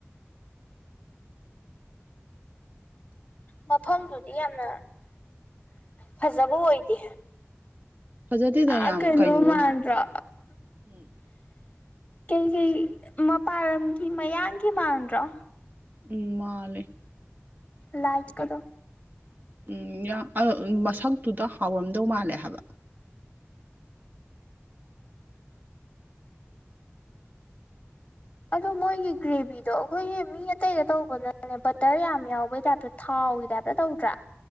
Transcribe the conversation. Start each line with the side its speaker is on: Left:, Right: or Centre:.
Left: ꯃꯐꯝꯗꯨꯗꯤ ꯌꯥꯝꯅ ꯐꯖꯕ ꯑꯣꯏꯗꯦ
Right: ꯐꯖꯗꯦꯗ
Left: ꯑ
Right: ꯌꯥꯝ
Left: ꯀꯩꯅꯣ
Right: ꯀꯩꯅꯣꯒꯤ
Left: ꯃꯥꯟ꯭ꯔꯣ
Right: ꯎꯝ
Left: ꯀꯩ ꯀꯩ ꯃꯄꯥꯟ ꯂꯝꯒꯤ ꯃꯌꯥꯝꯒꯤ ꯃꯥꯟꯗ꯭ꯔꯣ
Right: ꯎꯝ ꯃꯥ ꯂꯩꯦ
Left: ꯂꯥꯏꯚ ꯀꯗ
Right: ꯎꯝ ꯃꯁꯛꯇꯨꯗ ꯍꯥꯎꯔꯝꯗꯧ ꯃꯥꯜꯂꯦ ꯍꯥꯏꯕ
Left: ꯑꯗꯣ ꯃꯣꯏꯒꯤ ꯒ꯭ꯔꯦꯚꯤꯗꯣ ꯑꯩꯈꯣꯏꯒꯤ ꯃꯤ ꯑꯇꯩꯗ ꯇꯧꯕꯅꯅꯦ ꯕꯇꯔ ꯌꯥꯝ ꯌꯥꯎꯕꯩ ꯇꯥꯏꯞꯇ ꯊꯥꯎ ꯇꯧꯗ꯭ꯔꯥ